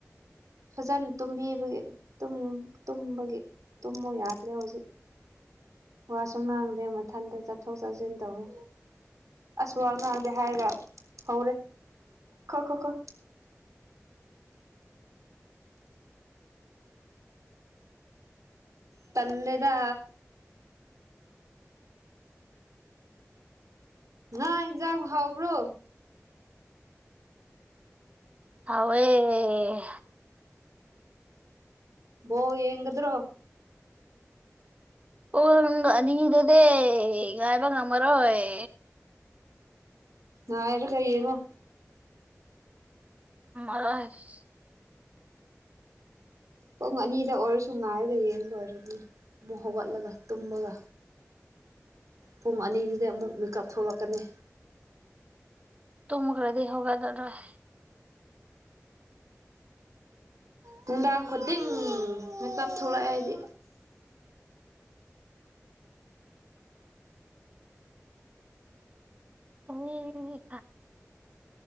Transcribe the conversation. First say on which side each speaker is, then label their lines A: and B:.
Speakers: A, on the right; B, on the right.
A: ꯐꯖꯅ ꯇꯨꯝꯕꯤꯕꯒꯤ ꯇꯨꯝꯕꯒꯤ ꯇꯨꯝꯃꯨ ꯌꯥꯗ꯭ꯔꯦ ꯍꯧꯖꯤꯛ ꯋꯥꯁꯨ ꯉꯥꯡꯗꯦ ꯃꯊꯟꯇ ꯆꯠꯊꯣꯛ ꯆꯠꯁꯤꯟ ꯇꯧꯋꯤ ꯑꯁ ꯑ ꯉꯥꯡꯒꯦ ꯍꯥꯏꯔꯒ ꯍꯧꯔꯦ ꯈꯣ ꯈꯣ ꯈꯣ ꯄꯜꯂꯦꯗ ꯅ ꯏꯖꯝ ꯍꯕ꯭ꯔꯣ
B: ꯑꯥꯎꯦ
A: ꯣ ꯌꯦꯡꯗ꯭ꯔꯣ
B: ꯑꯣ ꯅꯪꯒꯤ ꯑꯅꯤꯗꯨꯗꯤ ꯉꯥꯏꯕ ꯉꯝꯃꯔꯣꯏ
A: ꯉꯥꯏꯔꯒ ꯌꯦꯡꯉꯣ
B: ꯑꯁ
A: ꯄꯨꯡ ꯑꯅꯤꯗ ꯑꯣꯏꯔꯁꯨ ꯉꯥꯏꯔꯒ ꯌꯦꯡ ꯂꯣꯏꯔꯗꯅ ꯑꯃꯨꯛ ꯍꯧꯒꯠꯂꯒ ꯇꯨꯝꯃꯒ ꯄꯨꯡ ꯑꯅꯤꯗꯨꯗ ꯑꯃꯨꯛ ꯃꯤꯀꯞ ꯊꯣꯛꯂꯛꯀꯅꯤ
B: ꯇꯨꯝꯒ꯭ꯔꯗꯤ ꯍꯒꯠꯂꯔꯣꯏ
A: ꯅꯨꯡꯗꯥꯡ ꯈꯨꯗꯤꯡ ꯃꯦꯀꯞ ꯊꯣꯛꯂꯛꯑꯦ ꯍꯥꯏꯗꯤ
B: ꯎꯝ